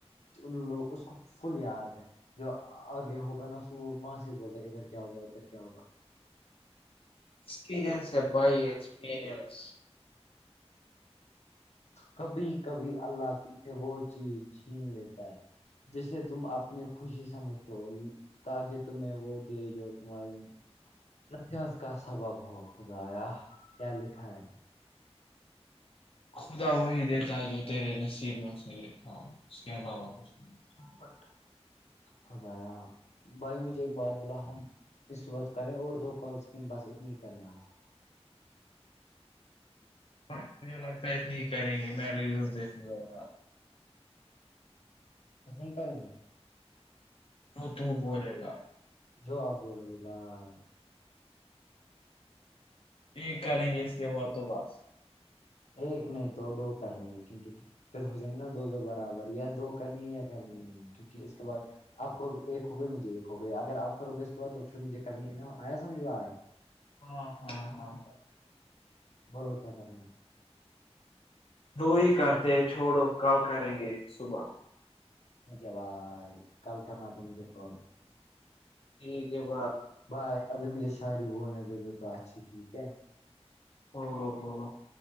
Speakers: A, on the left; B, on the left.
A: ان لوگ اس کو فل یاد ہے جو آگے ہوگا نا اس وہاں سے بولتے ادھر کیا ہوگا ادھر کیا ہوا
B: ایکسپیرنس ہے بھائی ایکسپرینس
A: کبھی کبھی اللہ تم سے وہ چیز چھین لیتا ہے جسے تم اپنی خوشی سمجھتے ہو تاکہ تمہیں وہ دے جو تمہاری ناز کا سبب ہو خدایا کیا لکھا ہے
B: خدا وہی دیتا ہے جو تیرے نصیب میں اس نے لکھا ہے اس کے علاوہ کچھ نہیں
A: بٹ خدایا <unintelligible> بھائی مجھے ایک بات بولا ہم اس کے بعد کریں اور دو کال کن بس اتنی ہی کریں آج
B: بس مجھے لگتا ہے اتنی ہی کریں گے میں ریز دیکنے ل گا <unintelligible>
A: س کڑیںے <unintelligible>
B: تو تو بولے گا <unintelligible>
A: جو آ ب لو گ بھائی
B: یہ کریں گے اس سے وہ تو بس
A: ایک نہیں تو دو کرنی ہے کیونکہ پھر ہو جائیں گے نا دو دو برابر یا دو کرنی ہے یا کرنی نہیں کیونکہ اس کے بعد آپ کو ایک ہو گئی مجھے ایک ہو گئی اگر آپ کرو گے اس کے بعد تو پھر مجھے کرنی ہے نا آیا سمجھ ب آ
B: ہاں ہاں ہاں
A: بولو کیا کرنا ہے
B: وہ ہی کرتے چھوڑو کل کریں گے صبح
A: ٹھیک ہے بائے کل کرنا تھا مجھے کال
B: یک ب
A: بھائی ابھی مجھے شاعری بولنے دے دو تو اچھی ٹھیک ہے
B: ہو ہو